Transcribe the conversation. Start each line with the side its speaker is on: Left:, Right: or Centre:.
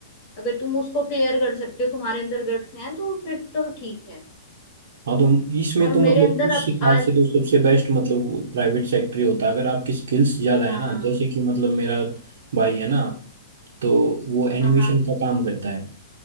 Left: अगर तुम उसको क्लियर कर सकते हो तुम्हारे अंदर गट्स हैं तो फिर तो ठीक है
Right: हाँ तो इसमें
Left: और
Right: तो
Left: मेरे
Right: मतलब
Left: अंदर
Right: उस
Left: अब
Right: हिसाब
Left: आज
Right: से तो सबसे बेस्ट मतलब प्राइवेट सेक्टर ही होता है अगर आपकी स्किल्स ज्यादा
Left: हाँ
Right: है ना जैसे कि मतलब मेरा भाई है ना तो वो एनिमेशन
Left: हाँ हाँ
Right: का काम करता है